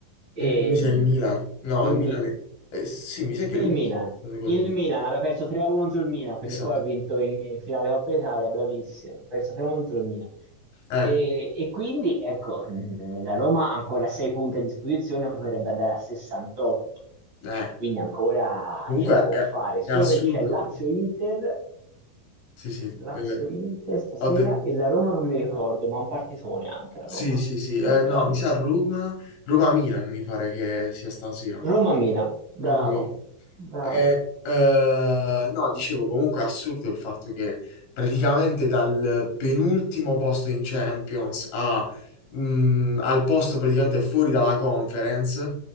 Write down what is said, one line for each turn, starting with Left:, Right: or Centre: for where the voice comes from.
Right: E,
Left: Mm, mi sa
Right: mh,
Left: il Milan. No,
Right: quindi
Left: il Milan è... eh, sì, mi sa che
Right: il
Left: lui è
Right: Milan.
Left: stato col
Right: Il
Left: Milan.
Right: Milan aveva perso 3-1 contro il Milan perché
Left: Esatto.
Right: poi ha vinto in, in finale Coppa Italia, bravissimo. Ha perso 3-1 contro il Milan.
Left: Eh,
Right: E, e quindi, ecco, mh, la Roma ha ancora 6 punti a disposizione, potrebbe andare a 68,
Left: eh.
Right: quindi ancora
Left: Comunque
Right: ce la può
Left: è,
Right: fare. Solo
Left: è assurdo.
Right: che c'è Lazio-Inter,
Left: Sì, sì.
Right: Lazio-Inter
Left: eh,
Right: stasera
Left: ho detto...
Right: e la Roma non mi ricordo, ma un partitone anche la
Left: Sì,
Right: Roma,
Left: sì, sì.
Right: se
Left: Eh,
Right: non sbaglio.
Left: no, mi sa Roma... Roma-Milan mi pare che sia stasera.
Right: Roma-Milan, bravo,
Left: Proprio mi-
Right: bravo.
Left: Eh, eh, no, dicevo comunque è assurdo il fatto che praticamente dal penultimo posto in Champions a, mh, al posto praticamente fuori dalla conference,